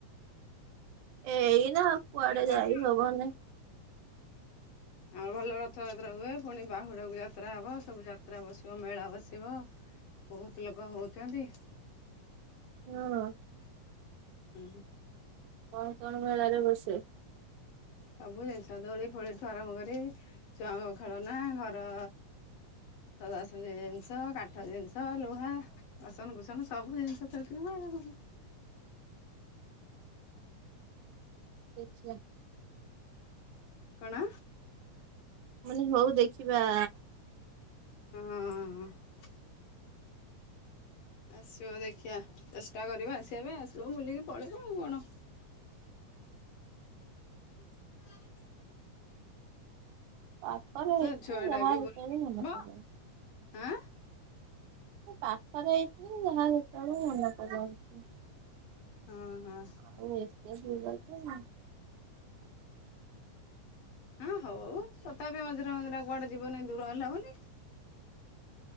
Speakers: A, on the right (about 75°); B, on the left (about 60°).
A: ଏଇନା ଆଉ କୁଆଡେ
B: ଆସ।
A: ଯାାଇ ହବନି।
B: ଆମର ଭଲ ରଥଯାତ୍ରା ହୁଏ, ପୁଣି ବାହୁଡାକୁ ଯାତ୍ରା ହବ ସବୁ ଯାତ୍ରା ବସିବ ମେଳା ବସିବ। ବହୁତ ଲୋକ ହଉଚନ୍ତି।
A: ହଁ।
B: ହୁଁ।
A: କଣ କଣ ମେଳାରେ ବସେ?
B: ସବୁ ଜିନିଷ ଦୋଳି ଫୋଳି ଠୁ ଆରମ୍ଭ କରି ଛୁଆଙ୍କ ଖେଳନା ଘର ସଜାସଜି ଜିନିଷ, କାଠ ଜିନିଷ, ଲୁହା ଵାସନ କୁସନ ସବୁ ଜିନିଷ ତ ବିକ୍ରି ହୁଏ।
A: ଦେଖିଆ।
B: କଣ?
A: ମୁଁ କହିନି ହଉ ଦେଖିବା।
B: ହଁ। ଆସିବ ଦେଖିଆ, ଚେଷ୍ଟା କରିବ ଆସିବା ପାଇଁ, ଆସିବ ବୁଲିକି ପଳେଇବ ଆଉ କଣ? <inaudible>
A: ପାଖରେ
B: ସେ
A: ହେଇଥିନେ
B: ଛୁଆ
A: ଯାହା
B: ଟା ବି
A: ଯେତେଳେ
B: ବୁଲିକି ଯିବ
A: ମନ କଲେ।
B: ଆଁ
A: ଏ ପାଖରେ ହେଇଛି ଯେ ଯାହା ଯେତେବେଳେ ମନେ ପଡି ଯାଉଚି।
B: ହଁ, ହଁ।
A: ଆଉ ଏତେ ଦୂର ଯେ ଆଁ,
B: ହଁ ହଉ ତାଥାପି ମଝିର ମଝିର କୁଆଡେ ଯିବ ନାଇଁ ଦୂର ହେଲା ବୋଲି।